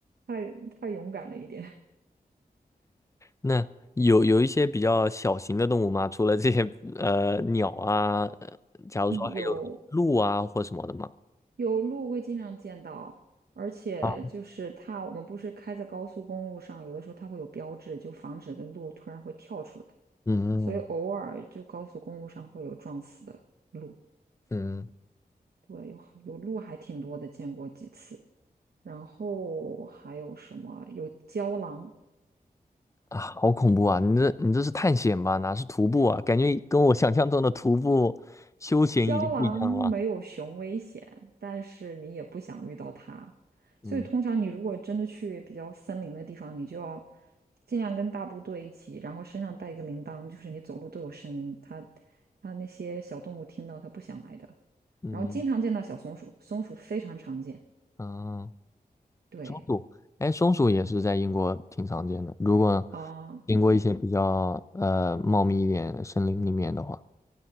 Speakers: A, on the right; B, on the left.
A: 太太勇敢了一点。<laughs>
B: 那有有一些比较小型的动物吗？除了这些呃鸟啊，呃假如说还有鹿啊或什么的吗？
A: 嗯，有有鹿会经常见到，而且就是它，
B: 啊，
A: 我们不是开在高速公路上，有的时候它会有标志，就防止的鹿突然会跳出来，
B: 嗯
A: 所以偶尔就高速公路上会有撞死的鹿。
B: 嗯
A: 对，有有鹿还挺多的，见过几次。然后还有什么？有郊狼，
B: 啊，好恐怖啊！你这你这是探险吧？哪是徒步啊？感觉跟我想象中的徒步休闲已经不一样了啊。
A: 郊狼没有熊危险，但是你也不想遇到它，所以通常你如果真的去比较森林的地方，
B: 嗯
A: 你就要尽量跟大部队一起，然后身上带一个铃铛，就是你走路都有声音，它它那些小动物听到它不想来的。
B: 嗯
A: 然后经常见到小松鼠，松鼠非常常见。
B: 啊，
A: 对，
B: 松鼠，哎，松鼠也是在英国挺常见的。如果
A: 啊、
B: 经过一些比较呃茂密一点的森林里面的话，
A: 对，